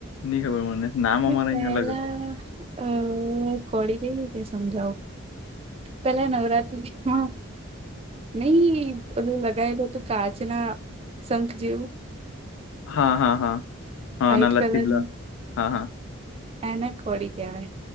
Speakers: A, on the left; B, on the right.
A: ની ખબર મને નામ
B: મેં
A: અમારે
B: પહેલા
A: અહિયાં અલગ હ છે
B: અ કોડી કઈ રીતે સમજાવ પેલા નવરાત્રી હ નહી ઓલું લગાયેલું હતું કાચ ના શંખ જેવું
A: હા હા હા હા
B: વ્હાઈટ
A: નલ
B: કલર
A: તીબલા
B: નું
A: હા હા
B: એને કોડી કેવાય